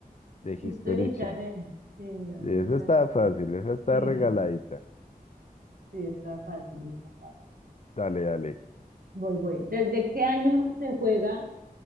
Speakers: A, on the left; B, on the right.
A: De History
B: History Channel.
A: Channel.
B: Sí, no,
A: Esa
B: sí está.
A: está fácil, esa está
B: <laughs>
A: regaladita.
B: Sí, está fácil, está fácil.
A: Dale, dale.
B: Voy, voy. ¿Desde qué año se juega